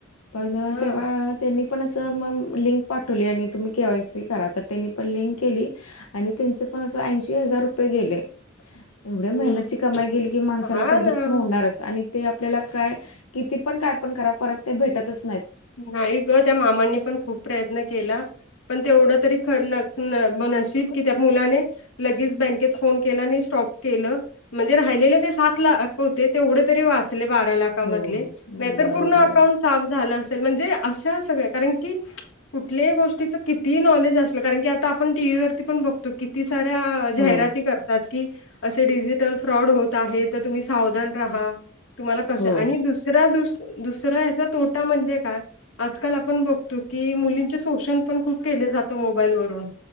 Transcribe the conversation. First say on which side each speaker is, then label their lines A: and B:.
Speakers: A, on the left; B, on the left.
A: पण
B: हा
A: तेव्हा त्यांनी पण असं मग लिंक पाठवली आणि तुम्ही केवाय सी करा तर त्यांनी पण लिंक केली. आणि त्यांचे पण असं ऐंशी हजार रुपये गेले एवढ्या
B: मग
A: मेहनतची कमाई गेली की माणसाला
B: हा
A: तर
B: ना
A: दुःख होणारच आणि ते आपल्याला काय किती पण काय पण करा परत ते भेटतच नाहीत.
B: नाही ग त्या मामांनी पण खूप प्रयत्न केला. पण ते एवढं तरी खर नशीब की त्या मुलाने लगेच बँकेत फोन केला आणि स्टॉप केलं. म्हणजे राहिलेले ते सात लाख होते तेवढे तरी वाच बारा लाखांमध्ये
A: हो
B: नाहीतर
A: बरोबर
B: पूर्ण अकाउंट
A: आहे
B: साफ झालं असतं. म्हणजे अशा सगळ्या कारण की कुठल्याही गोष्टीच किती नॉलेज असलं कारण की आता आपण टीव्ही वरती पण बघतो. तू किती साऱ्या जाहिराती
A: हो
B: कर. की असे डिजिटल फ्रॉड होत आहे तर तुम्ही सावधान राहा. तुम्हाला कसं
A: हो.
B: आणि दुसरा द दुसरा याचा तोटा म्हणजे का आजकाल आपण बघतो की मुलींचे शोषण पण खूप केले जात मोबाईलवरून